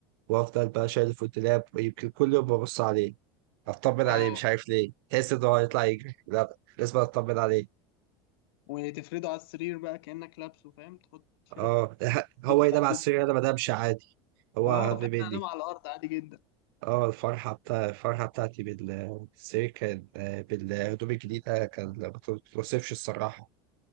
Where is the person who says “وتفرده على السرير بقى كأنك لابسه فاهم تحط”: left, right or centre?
Left